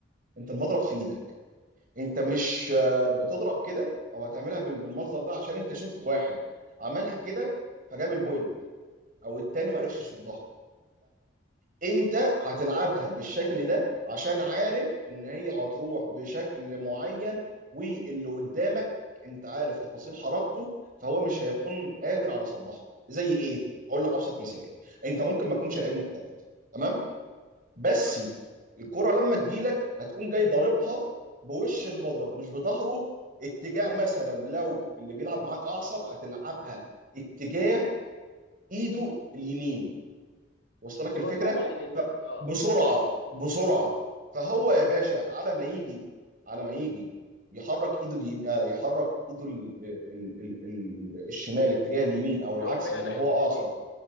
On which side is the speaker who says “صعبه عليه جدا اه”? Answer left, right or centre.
Left